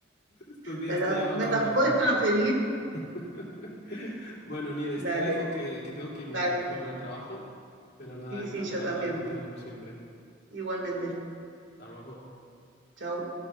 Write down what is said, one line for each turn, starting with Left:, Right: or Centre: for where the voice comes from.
Left: Estos días
Right: ¿me los,
Left: te llaman
Right: me
Left: con
Right: los
Left: la oferta.
Right: puedes transferir?
Left: <laughs> Bueno, Nieves,
Right: Dale,
Left: te dejo que, que tengo que irme,
Right: dale.
Left: tengo que volver al trabajo, pero nada,
Right: Sí,
Left: encantado
Right: sí, yo también.
Left: de hablar contigo como siempre.
Right: Igualmente.
Left: Hasta luego.
Right: Chau.